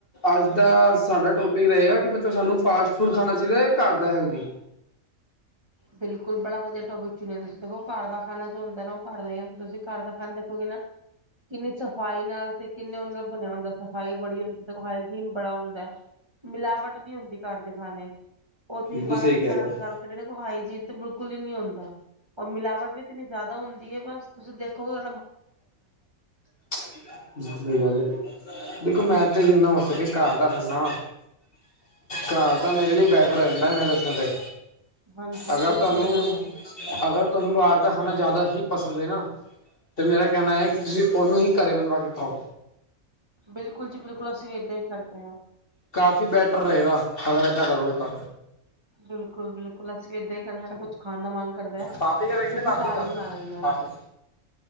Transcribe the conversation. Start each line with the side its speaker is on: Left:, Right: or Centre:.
Left: ਅੱਜ ਦਾ ਸਾਡਾ ਟੋਪਿਕ ਰਹੇਗਾ ਕਿ ਮਤਲਬ ਸਾਨੂੰ ਫਾਸਟ ਫੂਡ ਖਾਣਾ ਚਾਹੀਦਾ ਘਰ ਦਾ ਹੈਲਦੀ।
Right: ਬਿਲਕੁਲ ਬੜਾ ਵਧੀਆ ਟੋਪਿਕ ਚੁਨਿਆ ਤੁਸੀਂ ਦੇਖੋ ਘਰ ਦਾ ਖਾਣਾ ਜੋ ਹੁੰਦਾ ਨਾ ਉਹ ਘਰ ਦਾ ਹੀ ਹੁੰਦਾ। ਤੁਸੀ ਘਰ ਦਾ ਖਾ <unintelligible> ਕਿੰਨੀ ਸਫ਼ਾਈ ਨਾਲ ਤੇ ਕਿੰਨੇ ਬਣਿਆ ਹੁੰਦਾ। ਸਫ਼ਾਈ ਬੜੀ ਹੁੰਦੀ ਹਾਈਜੀਨ ਬੜਾ ਹੁੰਦਾ। ਮਿਲਾਵਟ ਨਹੀਂ ਹੁੰਦੀ ਘਰ ਦੇ ਖਾਣੇ ਉੱਥੇ
Left: ਬਿਲਕੁਲ
Right: ਬਾਹਰ
Left: ਸਹੀ
Right: ਦੇ
Left: ਕਹਿ
Right: ਖਾਣੇ
Left: ਰਹੇ
Right: ਦੀ ਗੱਲ ਕਰੀਏ। ਉਹ ਹਾਈਜੀਨ ਤੇ ਬਿਲਕੁਲ ਹੀ ਨਹੀਂ ਹੁੰਂਦਾ। ਉਹ ਮਿਲਾਵਟ ਵੀ ੲਤੇਨੀ ਜ਼ਿਆਦਾ ਹੁੰਦੀ ਹੈ ਬਸ ਤੁਸੀਂ ਦੇਖੋਗੇ <unintelligible>
Left: ਸਹੀ ਗਲ ਹੈ ਦੇਖੋ ਮੈਂ ਤੇ ਜਿੰਨਾ ਹੋ ਸਕੇ ਘਰ ਦਾ ਖਾਂਦਾ ਵਾ। ਘਰ ਤਾਂ ਮੇਰੇ ਲਈ ਬੈਟਰ ਰਹਿੰਦਾ ਮੈਂ ਦੱਸਣਾ ਚਾਹੀ
Right: ਹਾਂਜੀ
Left: ਅਗਰ
Right: ਬਿਲਕੁਲ
Left: ਤੁਹਾਨੂੰ
Right: ਸਹੀ ਗੱਲ ਹੈ
Left: ਅਗਰ ਤੁਹਾਨੂੰ ਬਾਹਰ ਦਾ ਖਾਣਾ ਜ਼ਿਆਦਾ ਹੀ ਪਸੰਦ ਹੈ ਨਾ ਤੇ ਮੇਰਾ ਕਹਿਣਾ ਹੈ ਕਿ ਤੁਸੀਂ ਉਹਨੂੰ ਹੀ ਘਰੇ ਬਣਵਾ ਕੇ ਖਾਓ।
Right: ਬਿਲਕੁਲ ਜੀ ਬਿਲਕੁਲ ਅਸੀਂ ਵੀ ਇਹਦਾਂ ਹੀ ਕਰਦੇ ਹਾਂ।
Left: ਕਾਫ਼ੀ ਬੈਟਰ ਰਹੇਗਾ ਅਗਰ ਏਦਾਂ ਕਰੋਗੇ ਤਾਂ
Right: ਬਿਲਕੁਲ ਬਿਲਕੁਲ ਅਸੀਂ ਇਦਾਂ ਕਰ ਸਾਡਾ ਕੁਛ ਖਾਣ ਦਾ ਮਨ ਕਰਦਾ ਹੈ
Left: ਪਾਪੜੀ ਕਾ ਪੈਕੇਟ
Right: ਤੇ ਅਸੀਂ
Left: ਹੈ ਪਾਪੜੀ
Right: ਘਰ
Left: ਕਾ
Right: ਹੀ ਬਣਾ ਲੈਂਦੇ ਹਾਂ।
Left: ਪਾਪੜੀ